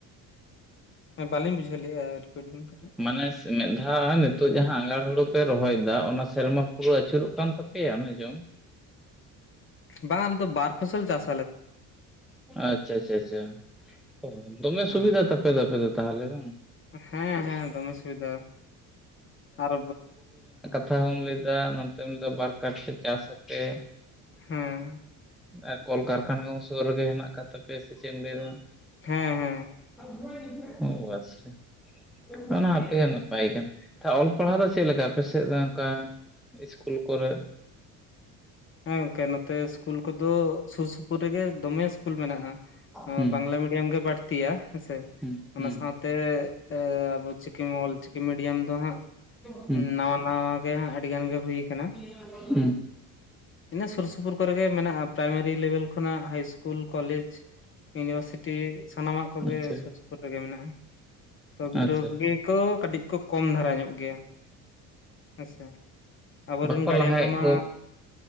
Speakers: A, on the left; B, in the centre.
A: ᱦᱮ ᱵᱟᱹᱞᱤᱧ ᱵᱩᱡᱷᱟᱹᱣ ᱞᱮᱫᱼᱟ ᱨᱤᱯᱤᱴ ᱵᱮᱱ ᱠᱟᱹᱴᱤᱡ?
B: ᱢᱟᱱᱮ ᱢᱤᱫ ᱫᱷᱟᱣ ᱱᱤᱛᱚᱜ ᱡᱟᱦᱟᱸ ᱟᱸᱜᱷᱟᱬ ᱦᱩᱲᱩ ᱯᱮ ᱨᱚᱦᱚᱭᱮᱫᱟ ᱚᱱᱟ ᱥᱮᱨᱢᱟ ᱯᱩᱨᱟᱹ ᱟᱹᱪᱩᱨᱚᱜ ᱠᱟᱱ ᱛᱟᱯᱮᱭᱟ? <inaudible> ᱚᱱᱟ ᱡᱚᱢᱼᱼ
A: ᱵᱟᱝ ᱟᱞᱮ ᱫᱚ ᱵᱟᱨ ᱯᱷᱚᱥᱚᱞ ᱪᱟᱥᱼᱼ
B: ᱟᱪᱪᱷᱟ ᱟᱪᱪᱷᱟ ᱟᱪᱪᱷᱟ <unintelligible> ᱫᱚᱢᱮ
A: ᱦᱮᱸ
B: ᱥᱩᱵᱤᱫᱷᱟ ᱛᱟᱯᱮᱼᱼ ᱟᱯᱮ ᱫᱚ ᱛᱟᱦᱚᱞᱮ ᱵᱟᱝᱼᱼ
A: ᱦᱮᱸ ᱦᱮᱸ ᱫᱚᱢᱮ ᱥᱩᱵᱤᱫᱷᱟ ᱟᱨᱼᱼ
B: <unintelligible> ᱞᱟᱹᱭ ᱮᱫᱟ ᱱᱚᱛᱮᱢ ᱞᱟᱹᱭ ᱮᱫᱟ ᱵᱟᱨ <unintelligible> ᱪᱟᱥ ᱟᱯᱮᱼᱼ
A: ᱦᱮᱸ
B: ᱟᱨ ᱠᱚᱞᱠᱟᱨᱠᱷᱟᱱᱟ ᱠᱚ ᱥᱩᱨ ᱨᱮᱜᱮ ᱦᱮᱱᱟᱜ ᱟᱠᱟᱫ ᱛᱟᱯᱮᱭᱟ ᱥᱮ ᱪᱮᱫ ᱮᱢ ᱞᱟᱹᱭ ᱮᱫᱟᱼᱼ
A: ᱦᱮᱸ ᱦᱮᱸ᱾
B: <unintelligible> ᱟᱪᱪᱷᱟ᱾ ᱚᱱᱟᱯᱮ ᱱᱟᱯᱟᱭ ᱠᱟᱱᱟ ᱚᱞ ᱯᱟᱲᱦᱟᱣ ᱫᱚ ᱪᱮᱫ ᱞᱮᱠᱟ ᱟᱯᱮ ᱥᱮᱫ ᱫᱚ ᱚᱱᱠᱟ? ᱤᱥᱠᱩᱞ ᱠᱚᱨᱮ ᱾
A: ᱦᱮᱸ ᱜᱚᱝᱠᱮ ᱱᱚᱛᱮ ᱤᱥᱠᱩᱞ ᱠᱚᱫᱚ ᱥᱩᱨ ᱥᱩᱯᱩᱨ ᱨᱮᱜᱮ ᱫᱚᱢᱮ ᱤᱥᱠᱩᱞ ᱢᱮᱱᱟᱜᱼᱟ
B: ᱦᱩᱸ
A: ᱵᱟᱝᱼ ᱢᱤᱰᱤᱭᱟᱢ ᱜᱮ ᱵᱟᱹᱲᱛᱤᱭᱟ᱾ ᱦᱮᱸ ᱥᱮ
B: ᱦᱩᱸ ᱦᱩᱸ
A: ᱚᱱᱟ ᱥᱟᱶᱛᱮ ᱟᱵᱚ ᱪᱤᱠᱤ ᱚᱞ ᱪᱤᱠᱤ ᱢᱤᱰᱤᱭᱟᱢ ᱫᱚ ᱦᱟᱸᱜ ᱼᱼ
B: ᱦᱩᱸ
A: ᱱᱟᱣᱟ ᱱᱟᱣᱟ ᱜᱮ ᱟᱹᱰᱤ ᱜᱟᱱ ᱜᱮ ᱦᱩᱭ ᱟᱠᱟᱱᱟ ᱾
B: ᱦᱩᱸ ᱾
A: ᱤᱱᱟᱹ ᱥᱩᱨ ᱥᱩᱯᱩᱨ ᱠᱚᱨᱮ ᱜᱮ ᱢᱮᱱᱟᱜᱼᱟ ᱯᱨᱟᱭᱢᱟᱨᱤ ᱞᱮᱵᱮᱞ ᱠᱷᱚᱱᱟᱜ ᱦᱟᱭ ᱤᱥᱠᱩᱞ ᱠᱚᱞᱮᱡᱽ᱾ ᱤᱭᱩᱱᱤᱵᱷᱟᱨᱥᱤᱴᱤ ᱥᱟᱱᱟᱢᱟᱜ ᱠᱚᱜᱮ
B: ᱟᱪᱪᱷᱟ
A: ᱥᱩᱨ ᱥᱩᱯᱩᱨ ᱨᱮᱜᱮ ᱢᱮᱱᱟᱜᱼᱟ᱾ ᱛᱚ ᱜᱤᱫᱽᱨᱟᱹ
B: ᱟᱪᱪᱷᱟ
A: ᱠᱚᱜᱮ ᱠᱚ ᱠᱟᱹᱴᱤᱡ ᱠᱚ ᱠᱚᱢ ᱫᱷᱟᱨᱟ ᱧᱚᱜ ᱜᱮᱭᱟ᱾ ᱟᱪᱪᱷᱟ ᱟᱵᱚᱨᱮᱱ
B: ᱵᱟᱠᱚ
A: ᱜᱟᱨᱰᱤᱭᱟᱱ
B: ᱞᱟᱦᱟᱭᱮᱫ
A: ᱠᱚᱢᱟᱼᱼ
B: ᱠᱚ